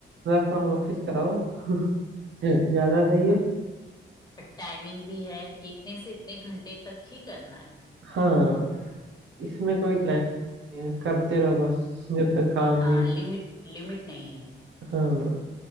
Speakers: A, on the right; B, on the left.
A: वर्क फ्रॉम ऑफिस कराओ <laughs> ज्यादा सही है
B: और टाइमिंग भी है कि इतने से इतने घंटे तक ही करना है
A: हाँ इसमें कोई
B: हम्म
A: टाइम नहीं है करते रहो बस जब तक काम
B: हाँ
A: नहीं हो।
B: लिमिट लिमिट नहीं है
A: हाँ